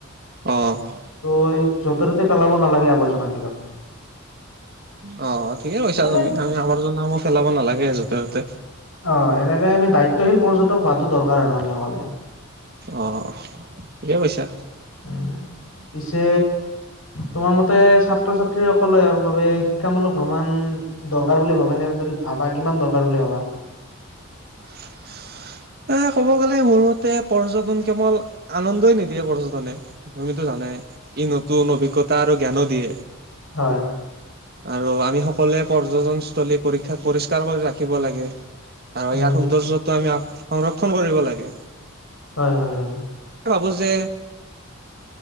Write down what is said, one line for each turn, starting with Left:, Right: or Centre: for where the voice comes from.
Right: অ',
Left: ত' এই য'তে ত'তে পেলাব নালাগে আৱৰ্জনাবলাক।
Right: অ' ঠিকে কৈছা
Left: এনে
Right: তুমি আমি আমাৰ জনামো পেলাব নালাগে যোতে ততে।
Left: অ' এনেকে আমি দায়িত্বশী প্যটক হোৱাটো দৰকাৰ আৰু আমি অকলে।
Right: অ' ঠিকে এই কৈছা।
Left: উম পিছে তোমাৰ মতে ছাত্ৰ- ছাত্ৰীসকলে আৰু বাবে শিক্ষামূলক ভ্ৰমণ দৰকাৰ বুলি ভাবা নে ভাবা কিমান দৰকাৰ বুলি ভাবা?
Right: <unintelligible> এ ক'ব গ'লে মোৰ মতে পৰ্যটন কেৱল আনন্দই নিদিয়ে পৰ্যটনে। তুমিতো জানাই ই নতুন অভিজ্ঞতা আৰু জ্ঞানো দিয়ে।
Left: হয়।
Right: আৰু আমি সকলোৱে পৰ্যটনস্থলী পীক্ষা পৰিষ্কাৰ কৰি ৰাখিব লাগে। আৰু ইয়াৰ
Left: উম,
Right: সৌন্দৰ্যটো আমি সংৰক্ষন কৰিব লাগে।
Left: হয়, হয়, হয়।
Right: ভাবো যে